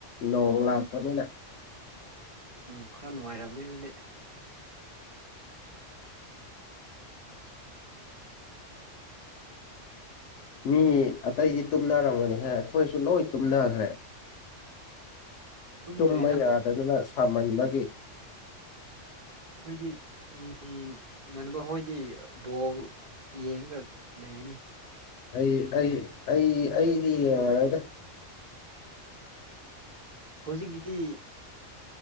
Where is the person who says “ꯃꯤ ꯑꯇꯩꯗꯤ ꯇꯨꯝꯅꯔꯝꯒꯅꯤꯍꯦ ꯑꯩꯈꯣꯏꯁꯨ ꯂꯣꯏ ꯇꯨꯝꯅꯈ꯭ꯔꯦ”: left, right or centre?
Left